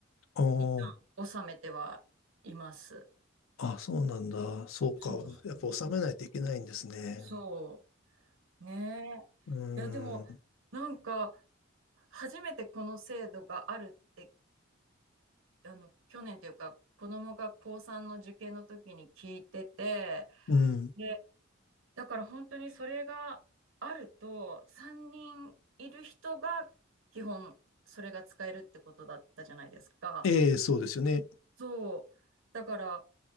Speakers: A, on the left; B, on the right.
A: お
B: 一旦納めてはいます。
A: ー、あ、そうなんだ。そうか。
B: そうそうそ
A: やっぱ納めないといけないんですね。
B: う。そう。ねえ。
A: うーん。
B: いや、でも、なんか、初めてこの制度があるってあの去年というか子供が高3の受験の時に聞いてて
A: うん。
B: でだから本当にそれがあると3人いる人が基本それが使えるってことだったじゃないですか。
A: ええ、そうですよね。
B: そうだから